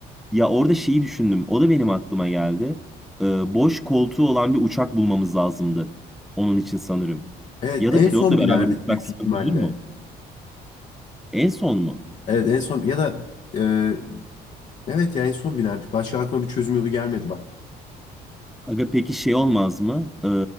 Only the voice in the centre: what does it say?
ya orada şeyi düşündüm. O da benim aklıma geldi. Ee, boş koltuğu olan bir uçak bulmamız lazımdı. Onun için sanırım.
Ya
da pilotla
beraber
uçak
sıkıntı
olur mu? En son mu?
Aga peki şey olmaz mı? Ee,